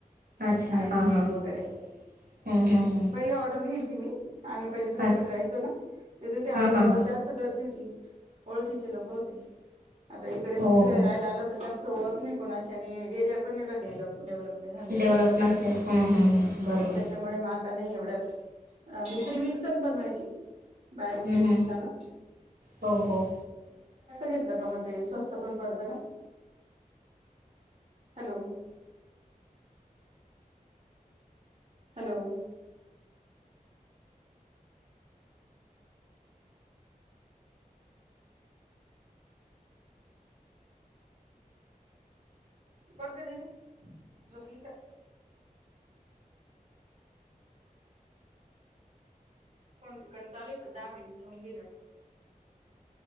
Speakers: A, on the right; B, on the right.
A: अच्छा
B: आईस
A: हा
B: केक
A: हा
B: वगैरे
A: हम्म हम्म हम्म
B: पहिले ऑर्डर घ्यायची. मी आम्ही पहिले दुसरीकडे
A: अस
B: राहयचो ना तिथ आजूबाजूला
A: हा हा हा
B: जास्त गर्दी होती. ओळखीचे लोक होते. आता इकडे दुसरीकडे
A: हो हो
B: राहायला आलो तर जास्त ओळख नाही कुणा ची आणि एरिया पण एवढ डेव्हलप नाही झालेला
A: डेव्हलप नसेल हम्म हम्म हम्म बरोबर
B: त्याच्यामुळे म नाही एवडत मी तरी बनवायची बाहेरून
A: हम्म
B: प्रिमिक्स
A: हम्म
B: आणून
A: हो हो
B: घेतलं का म ते स्वस्त पण पडत ना. हॅलो हॅलो बघ ग दिदी झोपली का? फोन तिकडं न चालूय पण दहा मिनिट होऊन गेली